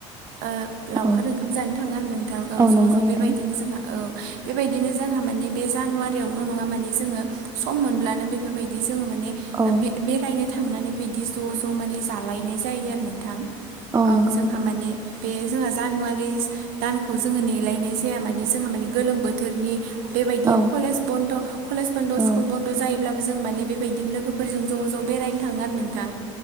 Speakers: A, on the right; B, on the right.
A: ओ
B: औ
A: लावखार ओंखाम जानो थांङो आरो नोंथां। औ ज'
B: नंगौ
A: ज'
B: नोंथां
A: बेबायदिनो जोंहा औ बेबायदिनो जोंहा माने बे जानुवारियावल' नंङा माने जोंङो सम मोनब्लानो बेफोरबायदि जोंङो माने
B: औ
A: ओ बे-बेरायनो थांनानै बिदि ज' ज' माने जालायनाय जायो आरो नोंथां। औ
B: नंगौ
A: जोंहा
B: नोंथां
A: माने बे जोंहा जानुवारि दानखौ जोंङो नेलायनाय जाया माने जोंहा माने गोलोम बोथोरनि बेबायदि
B: औ
A: कलेज बन्द' कलेज बन्द'
B: औ
A: स्कुल बन्द' जायोब्लाबो जों माने बेबायदिनो लोगोफोरजों ज' ज' बेरायनो थांङो आरो नोंथां।